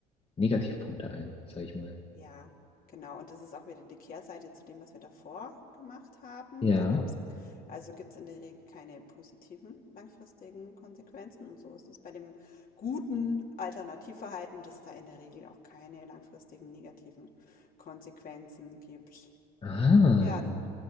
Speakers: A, on the left (about 30°); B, on the left (about 50°).
A: Negativpunkte ein, sag ich mal.
B: Ja, genau. Und das ist auch wieder die Kehrseite zu dem, was wir davor gemacht haben.
A: Ja.
B: Da gab's, also gibt es in der Regel keine positiven langfristigen Konsequenzen. Und so ist es bei dem guten Alternativverhalten, dass da in der Regel auch keine langfristigen negativen Konsequenzen gibt.
A: Ah,
B: Ja, du.